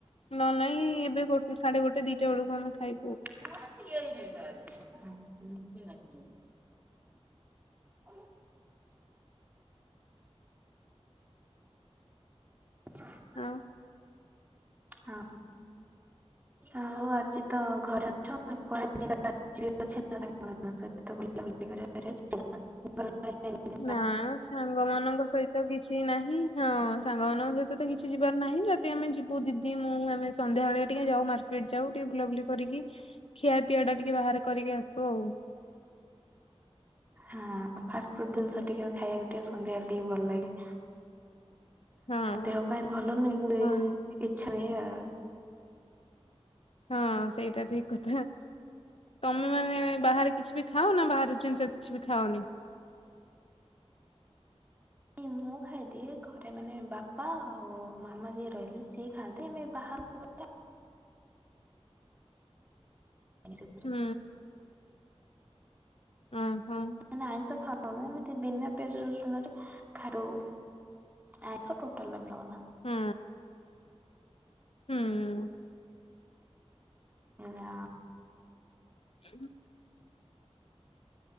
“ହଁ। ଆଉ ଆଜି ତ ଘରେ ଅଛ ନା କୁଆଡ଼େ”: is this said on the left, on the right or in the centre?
Right